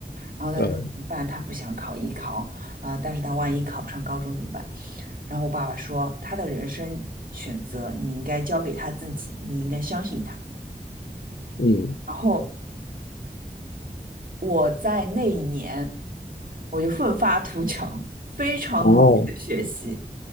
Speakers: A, on the right; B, on the left.
A: 然后她说怎么办？
B: 啊
A: 她不想考艺考啊、但是她万一考不上高中怎么办？然后我爸爸说，她的人生选择你应该交给她自己，你应该相信她。
B: 嗯，
A: 然后我在那一年我就奋发图强，非常努力的学习，
B: 哦，